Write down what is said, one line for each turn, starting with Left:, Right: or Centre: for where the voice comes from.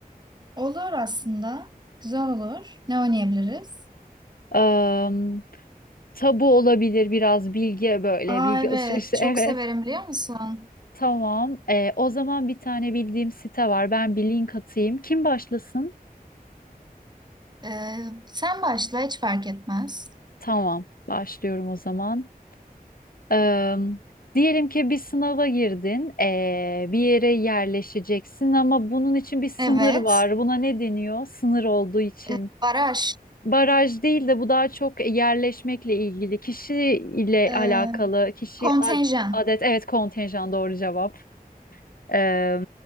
Right: Olur aslında. Güzel olur. Ne oynayabiliriz?
Left: Am, tabu olabilir biraz bilgi böyle
Right: Aa
Left: bilgi
Right: evet
Left: alışverişi.
Right: çok
Left: <laughs> Evet.
Right: severim biliyor musun?
Left: Tamam. E, o zaman bir tane bildiğim site var. Ben bir link atayım. Kim başlasın?
Right: Ee, sen başla hiç fark etmez.
Left: Tamam. Başlıyorum o zaman. Am, diyelim ki bir sınava girdin. e, bir yere yerleşeceksin ama bunun için bir sınır
Right: Evet.
Left: var. Buna ne deniyor? Sınır olduğu için.
Right: Ee, baraj.
Left: baraj değil de bu daha çok e, yerleşmekle ilgili, kişi ile
Right: Ee,
Left: alakalı, kişi
Right: kontenjan.
Left: ad- adet, evet kontenjan doğru cevap. Ee,